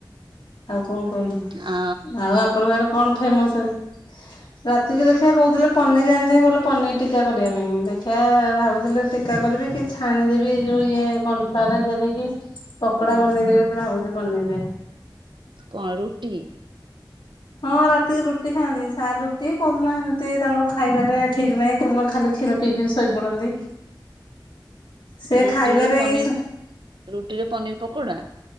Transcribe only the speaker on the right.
ଆ
ହୁଁ
କଣ ରୁଟି?
ରୁଟିରେ
ପନିର
ରୁଟିରେ ପନିର ପକୋଡ଼ା।